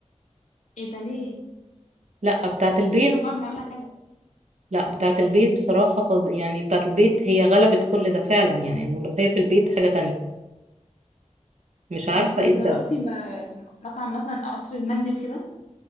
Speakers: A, on the left (about 70°); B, on the right (about 70°).
A: ايه ده ليه
B: لا بتاعة البيت
A: في مطاعم بتعملها حلوة
B: لا بتاعة البيت بصراحة فظ... يعني بتاعة البيت هي غلبت كل ده فعلا يعني الملوخية في البيت حاجة تانية مش عارفة
A: انتي
B: ايه السبب
A: جربتي م- مطعم مثلا قصر المندي وكده